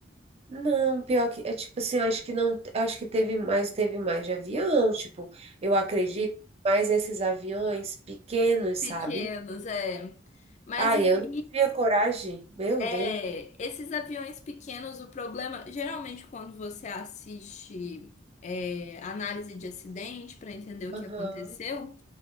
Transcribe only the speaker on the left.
Pequenos, é. Mas
aí,
é,
esses aviões pequenos, o problema, geralmente quando você assiste é, análise de acidente para entender o
que aconteceu,